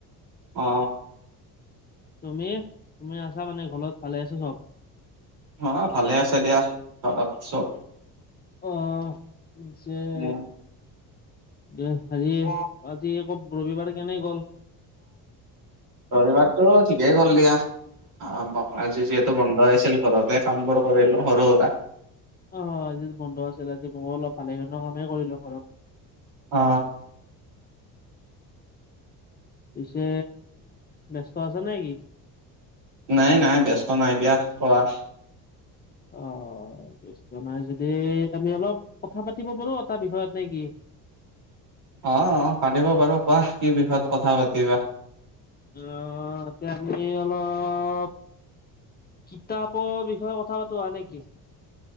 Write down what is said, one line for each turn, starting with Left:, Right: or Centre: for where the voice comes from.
Right: অ।
Left: তুমি? তুমি আছা মানে ঘলত, ভালে আছো চব?
Right: অ ভালে আছে দিয়া, ঘৰত চব।
Left: অ। <unintelligible>
Right: উম
Left: দে আজি আজি আকো ৰবিবাৰ কাৰনে গ'ল?
Right: ৰবিবাৰটো ঠিকেই গ'ল দিয়া। আৰাম বাও, আজি যিহেতু বন্ধ আছিল। ঘৰতে কাম বোৰ কৰিলো সৰু সুৰা।
Left: অ আজি বন্ধ আছিল। আজি মও অলপ ভালেখন কামেই কৰিলো ঘৰত।
Right: অ।
Left: পিছে ব্যস্ত আছে নে কি?
Right: নাই নাই ব্যস্ত নাই দিয়া, কৱা।
Left: অ', ব্যস্ত নাই যদি আমি অলপ কথা পাতিব পাৰোঁ এটা বিষয়ত, নে কি?
Right: অ' অ', পাতিব পাৰোঁ কোৱা, কি বিষয়ত কথা পাতিবা।
Left: অ', তে আপনি অলপ - কিতাপৰ বিষয়ে কথা পাতো আৰু নে কি?